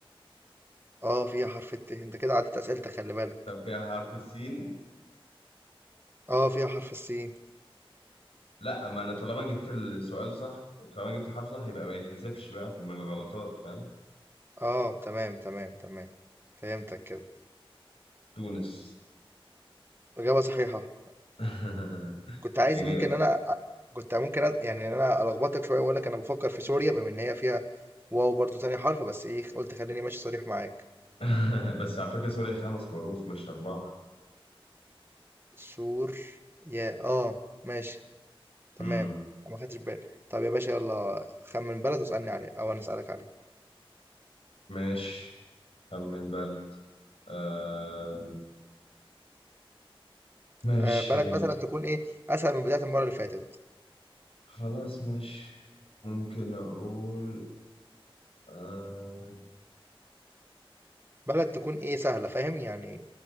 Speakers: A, on the right; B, on the left.
A: أه فيها حرف الت أنت كده عديت أسئلتك خلي بالك
B: طب فيها حرف السين؟
A: أه فيها حرف السين
B: لا ما أنا طالما جبت السؤال صح طالما جبت حرف صح يبقى ما يتحسبش بقى من الغلطات فاهم؟
A: أه تمام تمام تمام فهمتك كده
B: تونس
A: إجابة صحيحة
B: <laughs>
A: كنت عايز
B: إجابة.
A: ممكن أنا كنت ممكن أ- يعني إن أنا ألخبطك شوية وأقول لك أنا بفكر في سوريا بما إن هي فيها واو برضو تاني حرف بس ايه قلت خليني ماشي صريح معاك
B: <laughs> بس على فكرة سوريا خمس حروف مش أربعة
A: سور يا اه ماشي تمام
B: مم.
A: انا ما خدتش بالي طب يا باشا يلا خمن بلد واسألني عليه او انا اسألك عليه
B: ماشي خمن بلد آه. ماشي
A: آه بلد مثلا تكون ايه اسهل من بداية المرة اللي فاتت
B: خلاص ماشي ممكن أقول آه.
A: بلد تكون ايه سهلة فاهم يعني